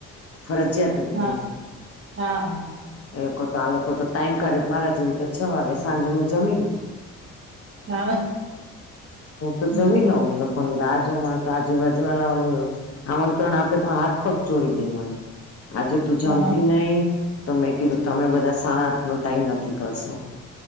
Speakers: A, on the left; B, on the right.
A: ફરજિયાત. નહી
B: હા
A: નહી
B: હા હા
A: એ લોકો તો આ લોકો તો ટાઈમ કાઢે મારા જેવી તો છ વાગે સાંજે નું જમી ને
B: હા
A: હું તો
B: હમ
A: જમી લઉં ની રાહ જો મળે તો આજુબાજુલા વાલું આમંત્રણ આપે તો હાથ પગ જોડી જાય મને આજે તું જમતી
B: હા
A: નહી? તો, મેં કીધું તમે બધા સાડા આઠ નો ટાઈમ નથી કરશો